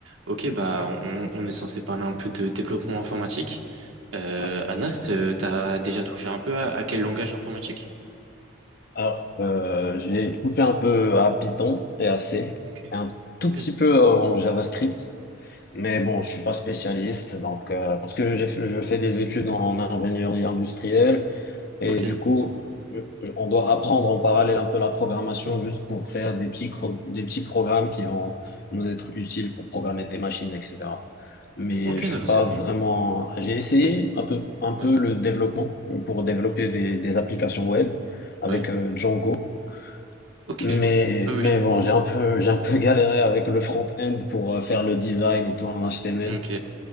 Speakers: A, on the right; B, on the left.
A: Ok, bah on, on est censé parler un peu de développement informatique. Euh,
B: Ouais.
A: Anax, euh, t'as déjà touché un peu à, à quel langage informatique?
B: Alors, euh, j'ai touché un peu à Python et à C,
A: Ok.
B: et un
A: Ok,
B: tout petit peu euh, en JavaScript. Mais bon, je suis pas spécialiste, donc euh, parce que j'ai fait- je fais des études en ingénierie industrielle et
A: ok,
B: du
A: d'accord,
B: coup,
A: c'est cool.
B: je- on doit apprendre en parallèle un peu la programmation juste pour faire des petits cro- des petits programmes qui vont nous être utiles pour programmer des machines, etc. Mais
A: Ok,
B: je
A: d'accord,
B: suis pas
A: c'est cool.
B: vraiment. J'ai essayé un peu un peu
A: Ouais,
B: le développement pour développer des, des applications web
A: ouais,
B: avec euh, Django.
A: ok.
B: Mais,
A: Ouais,
B: mais
A: ouais, je...
B: bon, j'ai un peu, j'ai un peu galéré avec le front-end pour euh, faire le design et tout en HTML.
A: Ok,